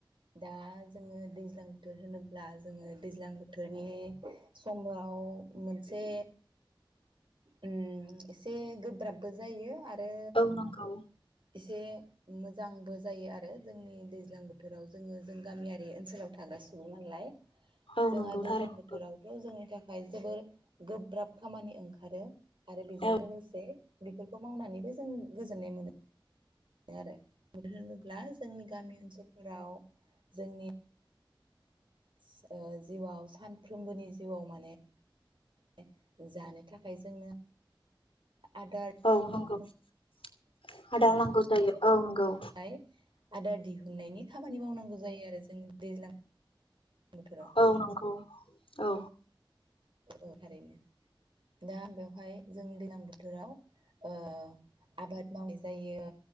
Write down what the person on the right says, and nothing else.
दा जोङो दैज्लां बोथोर होनोब्ला जोङो दैज्लां बोथोरनि समाव मोनसे उम एसे गोब्राबबो जायो। आरो
एसे मोजांबो जायो आरो जोंनि दैज्लां बोथोराव जोङो जों गामियारि ओनसोलाव थाग्रा सुबुं नालाय।
जोंहा
दैज्लां
बोथोरावथ'
जोंनि थाखाय जोबोर गोब्राब खामानि ओं खारो आरो बेजों
लोगोसे बिफोरखौ मावनानैबो जों गोजोननाय मोनो आरोे मोन होनोब्ला जोंनि गामि ओनसोल फोराव जोंनि <inaudible> ओ जिउआव सानफ्रोमबोनि जिउआव माने <inaudible> जानो थाखाय जोंनो आदार
आय आदार दिहुननायनि खामानि मावनांगौ जायो आरो जों दैज्लां बोथोराव
अ अ थारैनो दा बेयाव हाय जों दैज्लां बोथोराव ओ आबाद मावनाय जायो